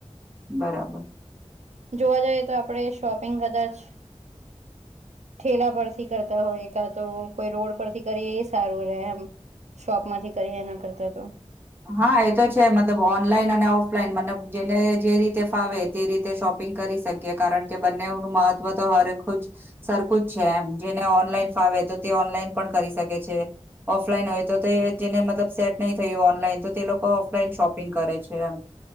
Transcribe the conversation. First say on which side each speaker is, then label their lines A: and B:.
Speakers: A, on the right; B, on the right.
A: બરાબર.
B: જોવા જઈએ તો આપણેે શોપિંગ કદાચ. ઠેલા પરથી કરતા હોય કા તો કોઈ રોડ પરથી કરી એ સારું રે એમ. શોપ માંથી કરીએ એના કરતા તો.
A: હા એ તો છે મતલબ ઓનલાઈન અને ઓફલાઈન મતલબ જેને જે રીતે ફાવે તે રીતે શોપ. પિંગ કરી શકીએ કારણ કે બંનેવ નું મહત્વ તો હરેખુજ. સરખુ જ છે એમ જેને ઓનલાઈન ફાવે તો તે ઓનલાઈન પણ કરી શકે છે. ઓફલાઈન હોય તો તે જેને મતલબ સેટ નહી થયું ઓનલાઈન તો તે લોકો. ઓફલાઈન શોપિંગ કરે છે એમ.